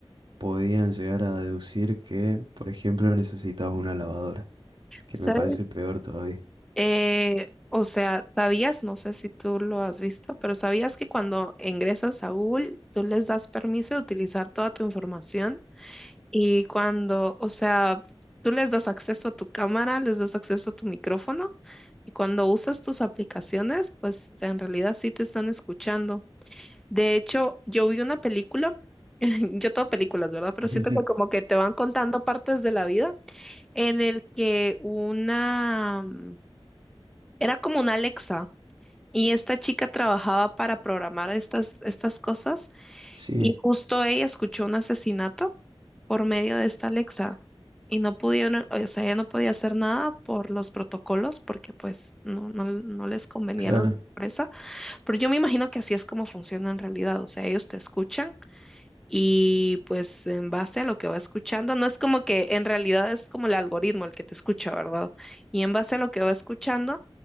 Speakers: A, on the right; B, in the centre.
A: podían llegar a deducir que, por ejemplo, necesitabas una lavadora, que
B: ¿Sabes?
A: me parece peor todavía.
B: Eh, o sea, ¿sabías? No sé si tú lo has visto, pero ¿sabías que cuando ingresas a Google, tú les das permiso de utilizar toda tu información? Y cuando, o sea, tú les das acceso a tu cámara, les das acceso a tu micrófono, y cuando usas tus aplicaciones, pues en realidad sí te están escuchando. De hecho, yo vi una película, <laughs> yo todo películas, ¿verdad? Pero
A: <laughs>
B: siento que como que te van contando partes de la vida en el que una, mm, era como una Alexa y esta chica trabajaba para programar estas, estas cosas
A: Sí,
B: y justo ella escuchó un asesinato por medio de esta Alexa y no pudieron, o sea, ella no podía hacer nada por los protocolos porque pues no, no, no les convenía
A: claro,
B: a la empresa, pero yo me imagino que así es como funciona en realidad, o sea, ellos te escuchan y pues en base a lo que va escuchando, no es como que en realidad es como el algoritmo el que te escucha, ¿verdad? Y en base a lo que va escuchando,